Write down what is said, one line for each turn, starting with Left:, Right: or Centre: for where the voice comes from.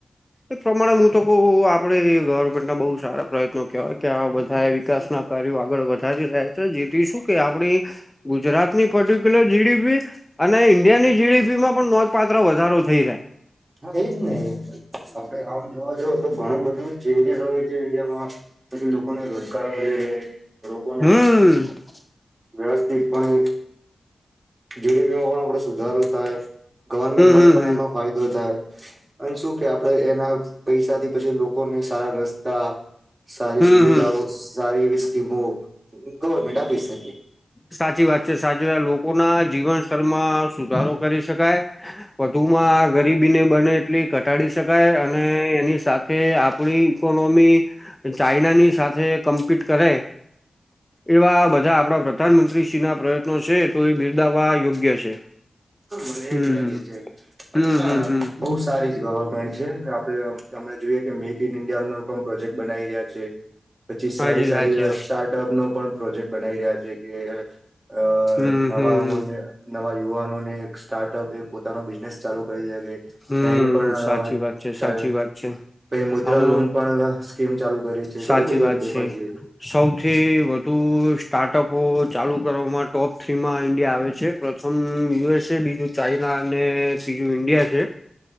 Left: એ પ્રમાણે હું તો બહુ આપણેે ગવર્મેન્ટને બહુ સારા પ્રયત્નો કહેવાય કે આ બધાએ વિકાસના કાર્યો આગળ વધારી રહ્યા છે. જીતીશું કે આપણી ગુજરાત ની પર્ટિક્યુલર જીડીપી અને ઇન્ડિયાની જીડીપી માં પણ નોઘ પાત્ર વધારો થઈ જાય.
Right: હા એજ ને આપડે આમ જોવા જો તો ઘણું બધું ચેન્જીસ હો છે, ઇન્ડિયામાં પછી લોકોને રોજગાર મળી રહે લોકોને
Left: હમ હમ
Right: વ્યવસ્થી પણ જડીપીમાં પણ આપડે સુધારો થાય, ગવર્મેન્ટમાં
Left: હમ
Right: પણ
Left: હમ
Right: એમાં ફાયદો થાય. અને શું કે આપડે એના પૈસાથી પછી લોકોને સારા રસ્તા સારી
Left: હમ
Right: સુવિધાઓ
Left: હમ
Right: સારી એવી સ્કીમો ગવર્મેન્ટ આપી શકે.
Left: સાચી વાત છે, સાચી વાત લોકો ના જીવન સ્તરમાં સુધારો કરી શકાય. વધુ માં ગરીબીને બને એટલી ઘટાડી શકાય અને એની સા થે આપણી ઈકોનોમી ચાઈના ની સાથે કમ્પીટ કરે. એવા બધા આપણા પ્રધાનમંત્રીશ્રી ના પ્રયત્નો છે, તો એ બિરદાવવા યોગ્ય છે.
Right: મને
Left: હમ
Right: એજ લાગે છે
Left: હમ
Right: અને ના
Left: હમ હમ
Right: બહુ સારી જ વાવા છે આપડે અમ અમણે જોઈએ કે મેક ઈન ઇન્ડિયા નો પણ પ્રોજેક્ટ બનાવી રહ્યા છે. પછી સારી
Left: હાજી
Right: સારી
Left: હાજી
Right: સ્ટાર્ટ ટપ નો પણ પ્રોજેક્ટ બનાવી રહ્યા છે કે અ
Left: હમ
Right: નવા
Left: હમ
Right: આવું નવા યુવાનો ને એક સ્ટાર્ટઅપ એ પોતાનો બિઝનેસ ચાલુ કરી દે કે
Left: હમ
Right: એની પણ
Left: સાચી વાત છે સાચી
Right: ચા
Left: વાત છે
Right: કઈ મુદ્રા
Left: આમ
Right: લોન પણ સ્કીમ ચાલુ કરી છે
Left: સાચી
Right: ઘણી બધી
Left: વાત
Right: આમ દેખવા
Left: છે.
Right: જઈએ તો
Left: સૌથી વધુ સ્ટાર્ટઅપો ચાલુ કરવામાં ટોપ થ્રી માં ઈન્ડિયા આવે છે. પ્રથમ યુએસ છે, બીજું ચાઈના અને ત્રીજું ઇન્ડિયા છે.